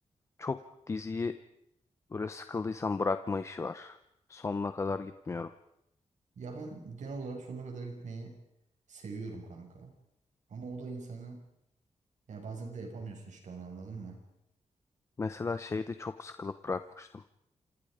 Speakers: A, on the left; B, on the right.
A: çok diziyi böyle sıkıldıysam bırakma işi var. Sonuna kadar gitmiyorum.
B: Ya ben genel olarak sonuna kadar gitmeyi seviyorum kanka. Ama o da insanı ya bazen de yapamıyorsun işte onu anladın mı?
A: Mesela şeyde çok sıkılıp bırakmıştım.